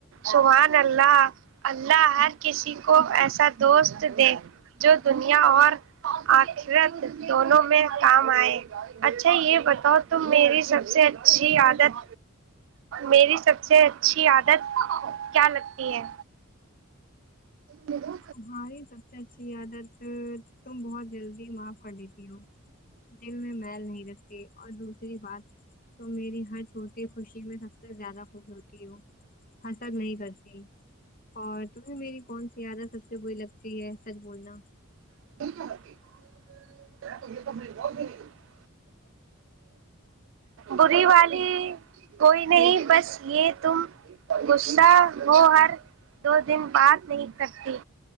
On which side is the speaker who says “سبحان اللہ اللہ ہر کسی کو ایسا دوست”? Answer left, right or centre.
Right